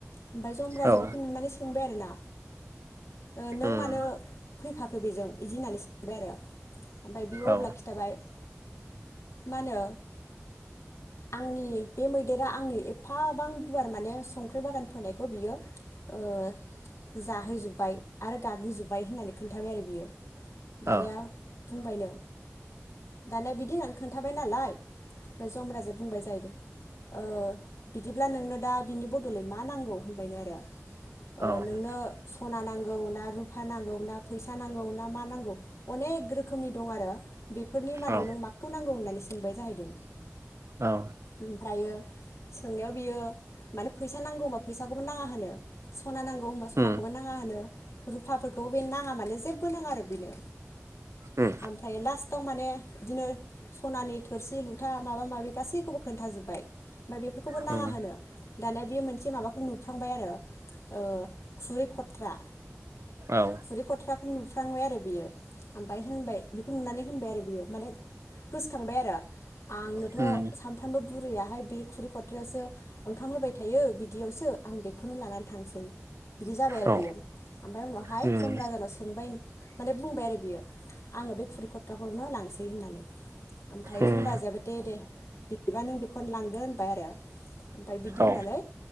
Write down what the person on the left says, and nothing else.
ओमफ्राय जमबाजा
बेखौ नुनानै सोंबाय आरोना ओ नों
मानो फैफाखो बिजों बिदि होननानै सोंबाय आरो ओमफ्राय बेयो
अब्ला खिन्थाबाय मा होनो आंनि बे मैदेरा आंनि ए एफाबां गुवार माने संख्रि बागान फोनायखौ बियो ओ जाहोजोब जोबबाय आरो गाग्लिजोब्बाय होननानै खोन्थाबाय आरो बियो दानिया
होनबायनो दानिया बिदि होननानै खोन्थाबाय नालाय ओमफ्राय जम राजाया बुंबाय जाहैदों ओ बिदिब्ला नोंनो दा बिनि बदलै मा नांगौ होनबायनो आरो ओ
नोंनो सना नांगौ ना रुफा नांगौ ना फैसा नांगौ ना मा नांगौ अनेक रोखोम रोखोमनि दं आरो बेफोरनि मादाव
नों माखौ नांगौ होननानै सा सोंबाय जाहैदों
ओमफ्रायो सोंनायाव बियो माने फैसा नांगौ बा फैसा फैसाखौबो नाङा होनो सना नांगौ होनोमबा सनाखौबो
नाङा होनो रुफाफोरखौ बे नाङा माने जेबो नाङा आरो बेनो
ओमफ्राय लास्ट आव माने बिदिनो सनानि थोरसि लुथा माबा माबि गासैखौबो खोन्थाजोबबाय ओमफ्राय बेफोरखौबो
नाङा होनो दानिया बे मोनसे माबाखौ नुफ्लांबाय आरो ओ खुरै खथ्रा
खुरै खथ्राखौ नुफ्लांबाय आरो <unintelligible> बाय होनबाय बेखौ नुनानै होनबाय आरो बियो माने गोसोखांबाय आरो आंनोथ
सामफ्रामबो बुरैयाहाय बे खुरै खथ्रायावसो ओंखाम होबाय थायो बिदियावसो आं बेखौनो लानानै थांसै बिदि जाबाय आरो
बियो ओमफ्राय उनावहाय
जम राजानाव सोंबाय माने बुंबाय आरो बियो आङो बे खुरिखटाखौनो लांसै होननानै आं थायो
जम राजायाबो दे दे बिदिबा नों बेखौनो लांदो होनबाय आरो ओमफ्राय बिदि
होननानै